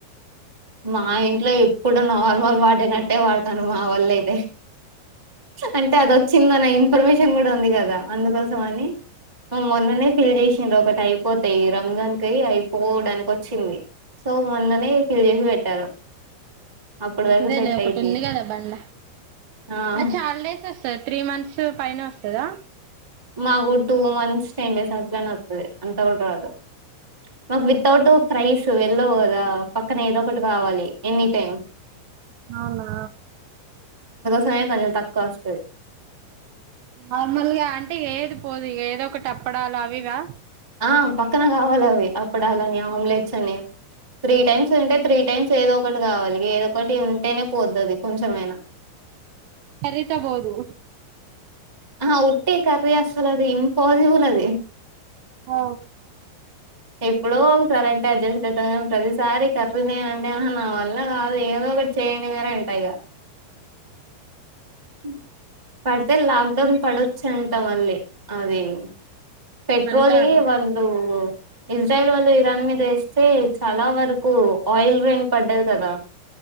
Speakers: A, on the right (about 20°); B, on the right (about 75°).
A: మా ఇంట్లో ఎప్ ఇప్పుడు నార్మల్ వాడినట్టే వాడతాను మా వోల్లు అయితే అంటే అది వచ్చిందన ఇన్ఫర్మేషన్ కూడా ఉంది కదా అందుకోస మని మొన్ననే ఫీల్ చేసిన్రు ఒకటి అయిపోతాయి రంగాన్ కై అయిపోవడానికి వచ్చింది సో మొన్ననే ఫిల్ చేసి పెట్టారు అప్పటి
B: మంచిదే
A: వరకు సెట్
B: లే ఒకటి
A: అయిద్ది
B: ఉంది
A: అని
B: కదా బండ
A: ఆ
B: అ చాలుడేస్ వస్ సర్ త్రీ మంత్స్ పైన వస్తదా
A: మాకు టూ మంత్స్ టెన్ డేస్ అట్లా నే వత్తది అంత ఉడరు అదు మాకు వితౌట్ ఫ్రైస్ వెళ్ళవు కదా పక్కన ఏదో ఒకటి కావాలి ఎనీ టైమ్
B: అవునా
A: సయం కొంచం తక్కువ అస్తది
B: నార్మల్గా అంటే ఏది పోదు ఇది ఏదో ఒకటి అప్పడాలు అవివా
A: ఆ పక్కన కావాలి అవి అప్ అప్పడాలని ఆమ్లెట్స్ అని త్రీ టైమ్స్ తింటే త్రి టైమ్స్ ఏదో ఒకటి కావాలి ఏదో ఒకటి ఉంటేనే పోతది కొంచెమైనా
B: కర్రీ తో వోదు
A: ఆ ఉట్టి కర్రీ అసలు అది ఇంపాసిబుల్ అది
B: ఆ
A: ఎప్పుడో ఒకసరే అంటే అడ్జస్ట్ ఐత గానీ ప్రతిసారి కర్రి నే అంటే ఆహా నా వల్ల కాదు ఏదో ఒకటి చేయండి మీరు అంటా ఇగ అ పడితే లాక్డౌన్ పడొచ్చు అంటా మళ్ళీ అదే పెట్రోలీ
B: అంటారు
A: వాళ్ళు ఇజ్రాయల్ వాళ్ళు ఇరాన్ మీద వేస్తే చాలా వరకు ఆయిల్ రేయిన్ పడ్డది కదా